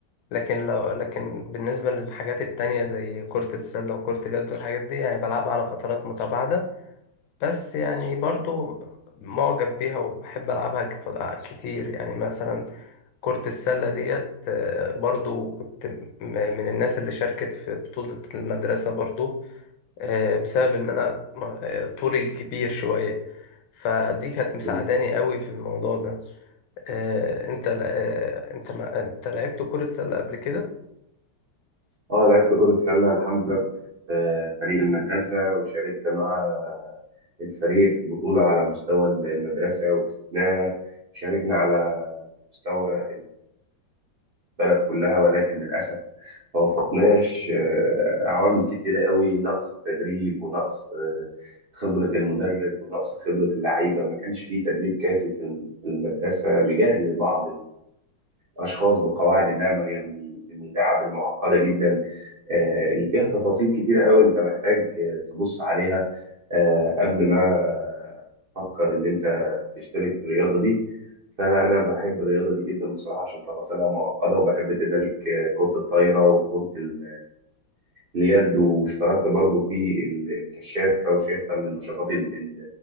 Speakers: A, on the left; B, on the right.
A: لكن لو لكن بالنسبة للحاجات التانية زي كرة السلة وكرة اليد والحاجات دي يعني بلعبها على فترات متباعدة بس يعني برضو معجب بيها وبحب ألعبها كت- كتير يعني مثلا كرة السلة ديت آه، برضو كنت م- من الناس اللي شاركت في بطولة المدرسة برضو آه، بسبب إن أنا م- آه، طولي كبير شوية فدي كانت مساعداني
B: مم.
A: قوي في الموضوع ده آه، أنت ل- آه، أنت ما أنت لعبت كرة سلة قبل كده؟
B: اه لعبت كرة سلة الحمد لله كنت في فريق المدرسة وشاركت مع الفريق في بطولة على مستوى المدرسة وكسبناها شاركنا على مستوى البلد كلها ولكن للأسف ما وفقناش آه، عوامل كتيرة قوي نقص التدريب ونقص آه، خبرة المدرب ونقص خبرة اللعيبة ما كانش فيه تدريب كافي في الم- في المدرسة لجهل بعض اشخاص بقواعد اللعبه هي من ال- من اللعب المعقده جدا آه، اللي فيها تفاصيل كتيره قوي انت محتاج آه، تبص عليها آه، قبل ما آه، تفكر ان انت تشترك في الرياضه دي فأنا بحب الرياضة دي جدا بصراحة عشان تفاصيلها معقدة وبحب كذلك آه، كرة الطايرة وكرة ال- اليد واشتركت برضو في ال- الكشافة وشايفها من النشاطات ال- ال-